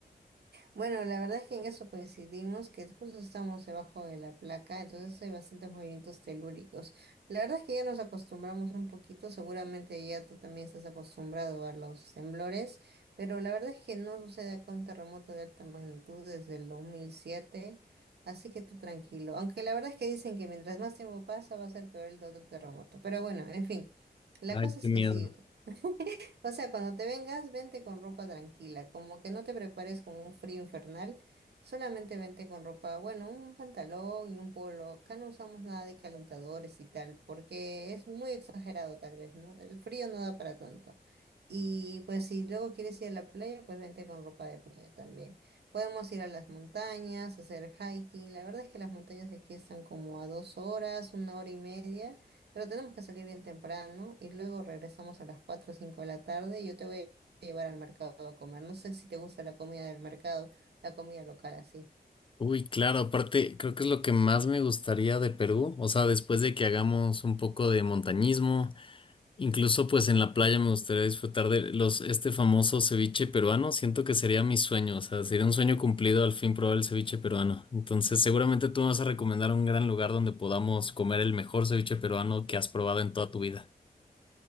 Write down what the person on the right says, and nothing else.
Bueno, la verdad es que en eso coincidimos, que justo estamos debajo de la placa, entonces hay bastantes movimientos telúricos. La verdad es que ya nos acostumbramos un poquito, seguramente ya tú también estás acostumbrado a los temblores, pero la verdad es que no sucede acá un terremoto de alta magnitud desde el 2007, así que tú tranquilo. Aunque la verdad es que dicen que mientras más tiempo pasa va a ser peor el otro terremoto, pero bueno, en fin, la
cosa es
que sí. <laughs> O sea, cuando te vengas, vente con ropa tranquila, como que no te prepares con un frío infernal, solamente vente con ropa, bueno, un pantalón y un polo. Acá no usamos nada de calentadores y tal, porque es muy exagerado tal vez, ¿no? El frío no da para tanto. Y pues si luego quieres ir a la playa, pues vente con ropa de playa también. Podemos ir a las montañas, hacer hiking. La verdad es que las montañas aquí están como a dos horas, una hora y media. Pero tenemos que salir bien temprano y luego regresamos a las 4 o 5 de la tarde y yo te voy a llevar al mercado a comer. No sé si te gusta la comida del mercado, la comida local así.